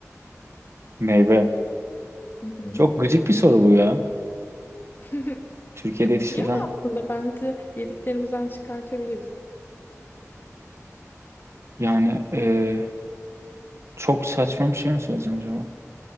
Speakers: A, on the right; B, on the left.
A: Meyve.
B: Hı hı.
A: Çok gıcık bir soru bu ya.
B: <laughs>
A: Türkiye'de yetiştirilen
B: Yok aslında bence yediklerimizden çıkartabiliriz.
A: yani e, çok saçma bir şey mi söyleyeceğim acaba?